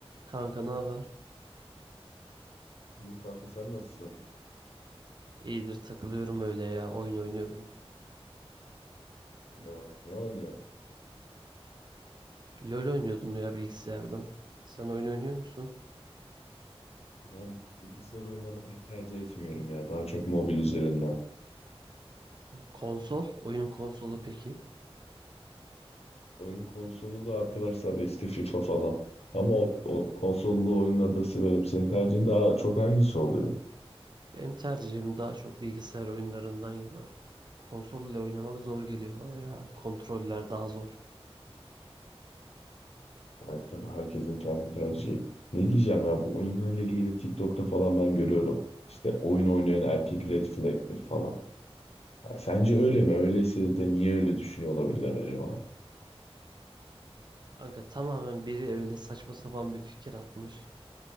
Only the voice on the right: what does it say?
Kanka ne haber?
İyidir takılıyorum öyle ya oyun oynuyordum.
LoL oynuyordum ya bilgisayardan. Sen oyun oynuyor musun?
Konsol, oyun konsolu peki?
Benim tercihim daha çok bilgisayar oyunlarından yana. Konsol ile oynamak zor geliyor bana ya. Kontroller daha zor.
Kanka tamamen biri öyle saçma sapan bir fikir atmış.